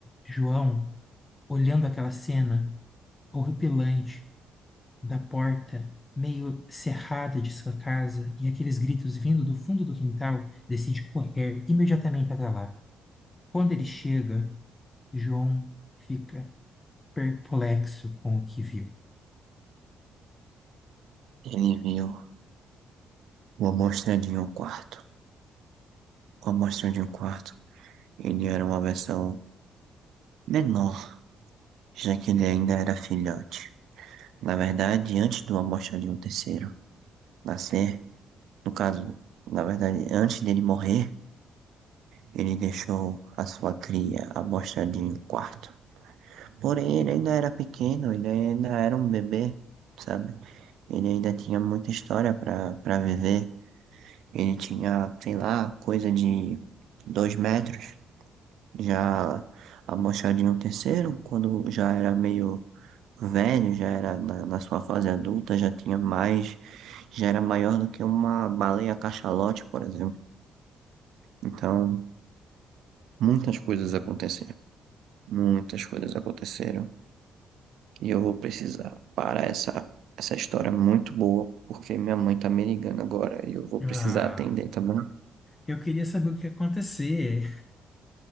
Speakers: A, on the left (about 20°); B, on the right (about 80°).
A: João olhando aquela cena horripilante da porta meio cerrada de sua casa e aqueles gritos vindo do fundo do quintal, decide correr imediatamente até lá. Quando ele chega, João fica perplexo com o que viu.
B: Ele viu uma amostra de um quarto. Uma amostra de um quarto. Ele era uma versão menor, já que ele ainda era filhote. Na verdade, antes do Almoxarifado terceiro nascer, no caso, na verdade, antes dele morrer, ele deixou a sua cria, Almoxarifado quarto Porém, ele ainda era pequeno, ele ainda era um bebê, sabe? Ele ainda tinha muita história para para viver. Ele tinha, sei lá, coisa de dois metros. Já Almoxarifado terceiro quando já era meio velho, já era na, na sua fase adulta, já tinha mais, já era maior do que uma baleia cachalote, por exemplo. Então, muitas coisas aconteceram, muitas coisas aconteceram, e eu vou precisar parar essa, essa história muito boa, porque minha mãe tá me ligando agora, e eu vou
A: Ah,
B: precisar atender, tá bom?
A: eu queria saber o que ia acontecer.